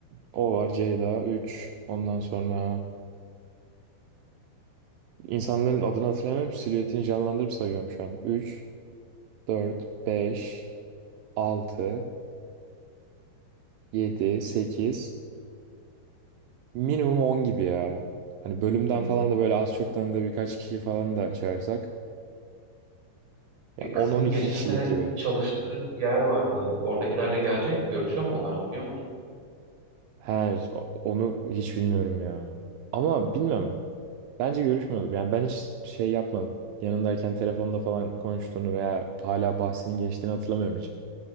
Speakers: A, on the right; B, on the right.
A: O var Ceyda üç, Ondan sonra insanların adını hatırlamıyorum. Silüetini canlandırıp sayıyorum şu an. 3, 4, 5, 6, 7, sekiz, Minimum 10 gibi ya. Hani bölümden
B: Hmm.
A: falan da böyle az çok tanıdığı birkaç kişiyi falan da çağırsak. Ya
B: E, kızın
A: on-on iki
B: geçen
A: kişilik
B: sene
A: gibi.
B: çalıştığı yer vardı. Oradakiler de gelecek mi? Görüşüyor mu onlarla biliyor musun?
A: Her onu hiç bilmiyorum ya. Ama bilmem. Bence görüşmüyordur. Yani ben hiç şey yapmadım. Yanındayken telefonda falan konuştuğunu veya hala bahsinin geçtiğini hatırlamıyorum hiç.